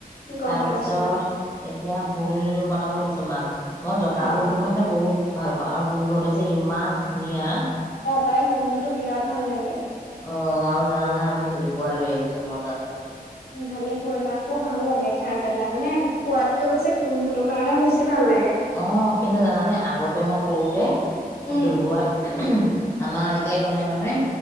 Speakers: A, on the left; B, on the left.
A: গম
B: তাৰপিছত,
A: পাইছো
B: এতিয়া ফুল বনাব দিছো মাক। মই জহা
A: অ
B: ভুলটো
A: অ
B: খাৰ মানে বহুত। ভাল পাওঁ আৰু গোন্ধটো যে ইমান। পনীয়া।
A: পায় গোন্ধটো বিৰাট ভাল লাগে
B: অ আৰু জানানে আজি বিহুৱা লৈ আহিছো মজা আছে।
A: ভালেই কৰিলে আকৌ ভাল লাগে খাই পেলাই। মানে খোৱাতকে বেছি গোন্ধটোৰ কাৰণে বেছি ভাল লাগে।
B: অ কিন্তু জানানে আগতে মই। সৰুতে
A: উম
B: বিহুৱাত আমাৰ আইতাই বনায় নহয়।